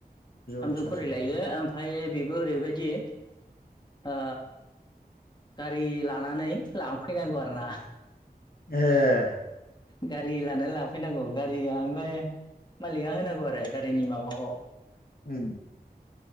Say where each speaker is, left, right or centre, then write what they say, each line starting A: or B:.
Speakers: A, on the left; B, on the left.
A: थामजौ
B: आदसा आदसा
A: खरि लायो ओमफ्राय बे ओरैबायदि ओ गारि लानानै लांफैनांगौ आरोना
B: ए
A: गारि लानानै लांफैनांगौ गारिया ओमफाय मालिका होनांगौ आरो गारिनि माबा ख
B: उम।